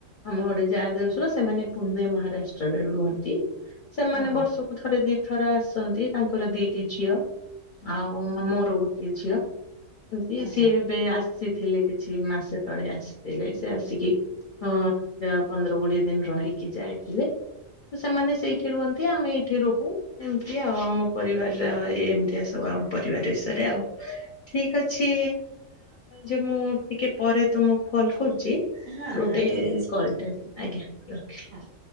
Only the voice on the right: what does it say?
ଓହୋ
ଓହୋ
ହଁ
ହଁ ଠିକ ଅଛି
ହଁ।